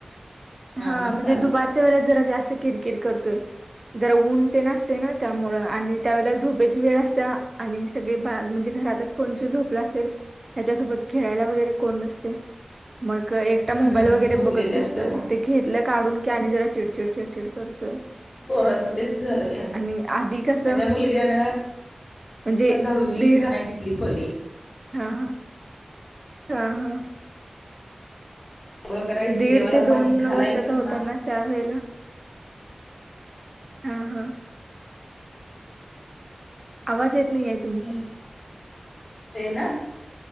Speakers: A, on the right; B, on the left.
A: हा
B: मग
A: म्हणजे
B: चालतंय
A: दुपारच्या वेळेस जरा जास्त किरकिर करतोय. जरा ऊन तेन असतंय ना त्यामुळ आणि त्यावेळेला झोपायची वेळ असते आणि सगळे बाग म्हणजे घरातच. कोण झोप असेल त्याच्यासोबत खेळायला वगैरे कोण नसेल. मग एकटा मोबाईल
B: हम्म
A: वगैरे
B: झोपलेले
A: बघत बसतोय
B: असल्यामुळे
A: ते घेतलं काढून की आणि जरा चिडचिड चिडचिड करत.
B: पोरांच तेच झालया
A: आणि आधी कसं
B: माझ्या मुलग्यानं
A: म्हणजे
B: दहावी
A: दीड
B: <unintelligible> तिथली खोली
A: हा हा. हा हा.
B: आंघोळ करायची
A: दीड
B: देवाला
A: ते दोन
B: पाणी घालायचं
A: वर्षाचा होता ना. त्या वेळेला हा हा. आवाज येत नाही येत.
B: ह् ते ना.